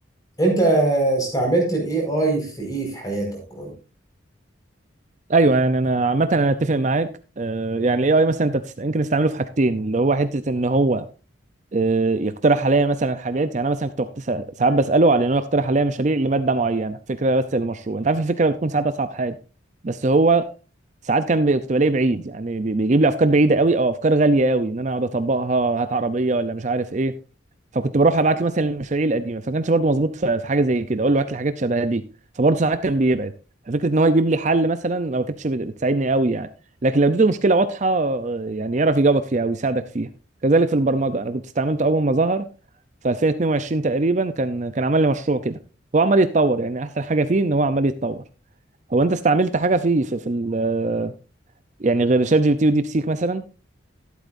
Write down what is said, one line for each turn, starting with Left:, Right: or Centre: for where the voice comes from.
Left: أنت استعملت ال AI في إيه في حياتك؟
Right: ايوه يعني انا عامة انا اتفق معاك آه، يعني الاي اي مثلا انت تست- يمكن تستعمله في حاجتين اللي هو حتة ان هو آه، يقترح عليا مثلا حاجات يعني انا مثلا كنت وقت- سا- ساعات بسأله على انه يقترح عليا مشاريع لمادة معينة فكرة بس للمشروع انت عارف الفكرة بتكون ساعات اصعب حاجة بس هو ساعات كان بي- كنت بلاقيه بعيد يعني بي- بيجيب لي افكار بعيدة قوي او افكار غالية قوي ان انا اقعد اطبقها هات عربية ولا مش عارف ايه فكنت بروح ابعت له مثلا المشاريع القديمه فكانش برضه مظبوط في في حاجه زي كده اقول له هات لي حاجات شبه دي فبرضه ساعات كان بيبعد ففكره ان هو يجيب لي حل مثلا لو ما كانتش بت- بتساعدني قوي يعني لكن لو اديته مشكله واضحه آه، يعني يعرف يجاوبك فيها او يساعدك فيها كذلك في البرمجه انا كنت استعملته اول ما ظهر في 2022 تقريبا كان كان عمل لي مشروع كده هو عمال يتطور يعني احسن حاجه فيه ان هو عمال يتطور هو انت استعملت حاجه فيه في, في ال- يعني غير شات جي بي تي وديب سيك مثلا